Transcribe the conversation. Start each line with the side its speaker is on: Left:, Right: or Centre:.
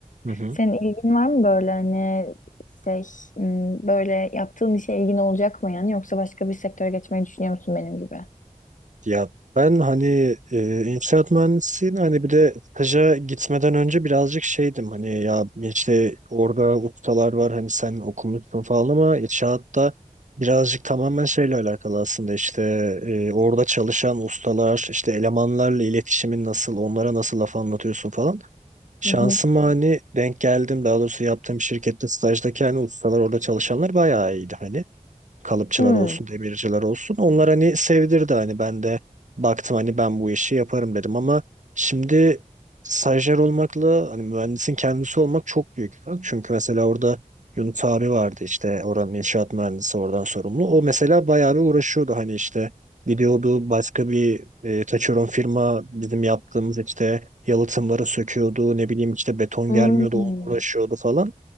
Right: Hı hı.
Left: Senin ilgin var mı böyle hani şey m, böyle yaptığın işe ilgin olacak mı yani yoksa başka bir sektöre geçmeyi düşünüyor musun benim gibi?
Right: Ya ben hani e, inşaat mühendisliğini hani bir de staja gitmeden önce birazcık şeydim hani ya işte orada ustalar var hani sen okumuşsun falan ama inşaatta birazcık tamamen şeyle alakalı aslında işte e, orada çalışan ustalar işte elemanlarla iletişimin nasıl onlara nasıl laf anlatıyorsun falan. Şansıma
Left: Hı hı.
Right: hani denk geldim daha doğrusu yaptığım şirkette stajdaki hani ustalar orada çalışanlar bayağı iyiydi hani kalıpçılar
Left: Hmm.
Right: olsun, demirciler olsun. Onlar hani sevdirdi hani ben de baktım hani ben bu işi yaparım dedim ama şimdi stajyer olmakla hani mühendisin kendisi olmak çok büyük bir fark. Çünkü mesela orada Yunus abi vardı işte oranın inşaat mühendisi oradan sorumlu. O mesela bayağı bir uğraşıyordu hani işte gidiyordu başka bir e, taşeron firma bizim yaptığımız işte yalıtımları söküyordu ne bileyim işte beton
Left: Hmm.
Right: gelmiyordu onu uğraşıyordu falan.